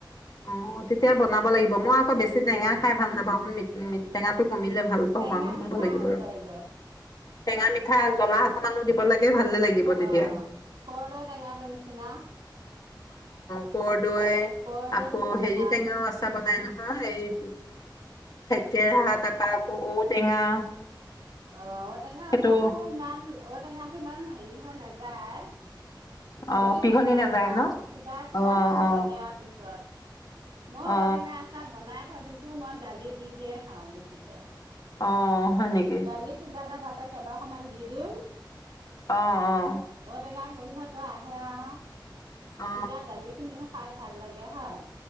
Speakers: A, on the left; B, on the right.
A: অ, তেতিয়া বনাব লাগিব মই আকৌ বেছি
B: উম
A: টেঙা খাই ভাল নাপাওঁ। মি-মি
B: উম
A: টেঙাটো কমিলে ভাল পাওঁ
B: টেঙা
A: আৰু বনাব
B: মিঠা
A: লাগিব
B: হৈ
A: ৰ
B: যায়গৈ
A: টেঙা মিঠা, জ্বলা অকমানো দিব লাগে ভালে লাগিব
B: অহ,
A: তেতিয়া
B: কৰ্দৈ টেঙাটোৰ নিচিনা।
A: ৰ্ক ৰয়
B: কৰদৈটো
A: আকৌ হেৰি
B: ভাল
A: টেঙা আচাৰ বনাই নহয় হ এই, থেকেৰা এটা পাই আকৌ ঔ-টেঙা
B: অ' ঔটেঙা
A: সেইটো
B: আচাটো ইমান, ঔটেঙা টো ইমান হেৰি হৈ নাযায় গলি
A: অ পিঘলি
B: নাযায় হয়,
A: ন
B: চোবাই-চোবাই
A: অ
B: খাব
A: অ
B: লাগে আৰু পিছত। মই
A: অ
B: ঔ-টেঙা আছাৰ বনাই থৈ দিছো মই দালি দি দিয়ে খাওঁ বেছিকৈ।
A: অঁ, হয় নেকি?
B: ডালি হিজালে তাতে কেইদখৰ মান দি দিওঁ,
A: অঁ-অঁ।
B: ঔটেঙা গোন্ধটো আহে আৰু। তেতিয়া
A: অ
B: দালি খিনিও খাই ভাল লাগে। হয়।